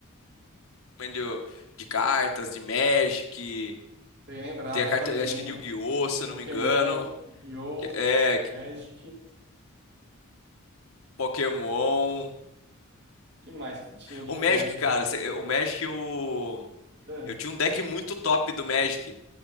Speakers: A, on the left; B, on the right.
A: de, de cartas, de Magic.
B: <laughs> bem lembrado
A: Tem a carta,
B: também.
A: eu acho que de Yu-Gi-Oh!, se eu
B: Pokémon,
A: não me engano.
B: Yu-Gi-Oh!
A: que- É, que-
B: Magic.
A: Pokémon.
B: que mais que tinha de
A: O
B: febre?
A: Magic, cara, você- o Magic eu.
B: Ah,
A: Eu tinha um deck muito top do Magic.